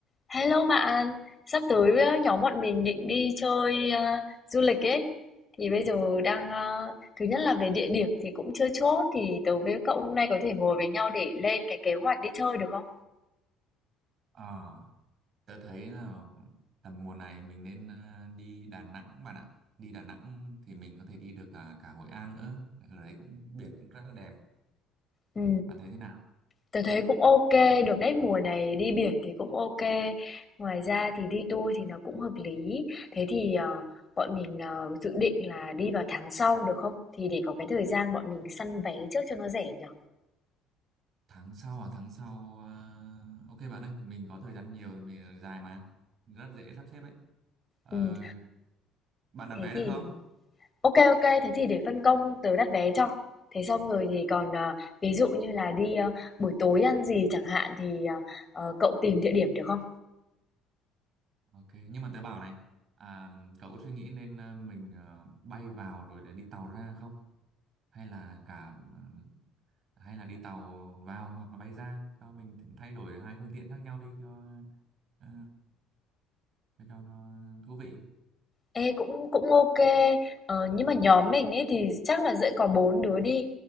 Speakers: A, on the left; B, on the right.
A: Hello bạn, sắp tới ờ, nhóm bọn mình định đi chơi ờ, du lịch ấy. Thì bây giờ đang ờ, thứ nhất là về địa điểm thì cũng chưa chốt thì tớ với cậu hôm nay có thể ngồi với nhau để lên cái kế hoạch đi chơi được không?
B: Ờ, tớ thấy là tầm mùa này mình nên à, đi Đà Nẵng bạn ạ. Đi Đà Nẵng thì mình có thể đi được à, cả Hội An nữa. Ở đấy cũng, biển cũng rất là đẹp.
A: Ừ,
B: Bạn thấy thế nào?
A: tớ thấy cũng ok, được đấy mùa này đi biển thì cũng ok. Ngoài ra thì đi tour thì nó cũng hợp lý. Thế thì ờ, bọn mình ờ, dự định là đi vào tháng sau được không? Thì để có cái thời gian bọn mình săn vé trước cho nó rẻ nhỉ?
B: Tháng sau à? Tháng sau... à, Ok bạn ơi, mình có thời gian nhiều thì mình ờ, dài mà. Rất dễ sắp xếp ấy. Ờ,
A: Ừ,
B: bạn đặt
A: thế
B: vé
A: thì
B: được không?
A: OK OK. thế thì để phân công tớ đặt vé cho. Thế xong rồi thì còn, ờ, ví dụ như là đi, ơ, buổi tối ăn gì chẳng hạn thì, ờ, ờ, cậu tìm địa điểm được không?
B: Ok, nhưng mà tớ bảo này, à, cậu có suy nghĩ nên ờ, mình ờ, bay vào rồi để đi tàu ra không? Hay là cả ờ, hay là đi tàu vào hoặc là bay ra cho mình thay đổi hai phương tiện khác nhau đi cho ờ, cho, cho nó thú vị.
A: Ê, cũng cũng OK. kê. Ờ, nhưng mà nhóm mình ấy thì chắc là sẽ có 4 đứa đi.